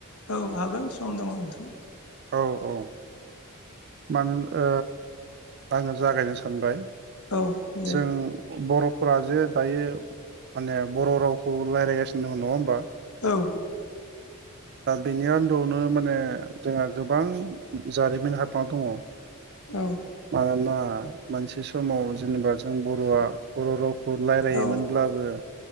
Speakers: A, on the left; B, on the right.
A: औ हागोन सम दङ नोंथां।
B: औ औ। मानोोन आङो जागायनो सानबाय
A: औ दे
B: जों बर' न जे दायो माने बर' रावखौ रायज्लायगासिनो दङ नङा होमबा?
A: औ
B: दा बेनि आन्दोआवनो माने जोंहा गोबां जारिमिन हाबा दङ।
A: औ
B: मानोना मोनसे समाव जेनेबा जों बर'आ बर' रावखौ रायलायोमोनब्लाबो
A: औ